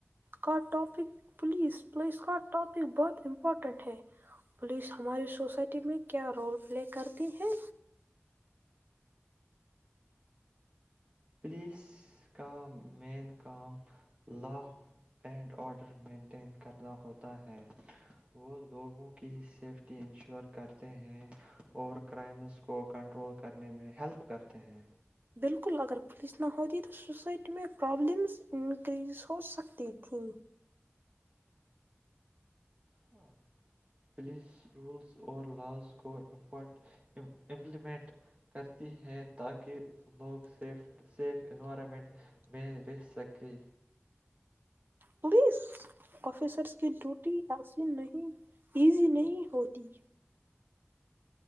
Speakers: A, on the right; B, on the right.
A: کا ٹاپک پولیس پولیس کا ٹاپک بہت امپورٹنٹ ہے پولیس ہماری سوسائٹی میں کیا رول پلے کرتی ہے
B: پولیس کا مین کام لا اینڈ آڈر مینٹین کرنا ہوتا ہے وہ لوگوں کی سیفٹی انشور کرتے ہیں اور کرائمز کو کنٹرول کرنے میں ہیلپ کرتے ہیں
A: بالکل اگر پولیس نہ ہوتی تو سوسائٹی میں پرابلمز انکریز ہو سکتی تھھی
B: ہاں پولیس رولس اور لااز کو امپورٹ امپلیمنٹ کرتی ہے تاکہ لوگ سیف سیف انوائرمنٹ میں رہ سکے
A: پولیس آفیسرس کی ڈیوٹی عسین نہیں ایزی نہیں ہوتی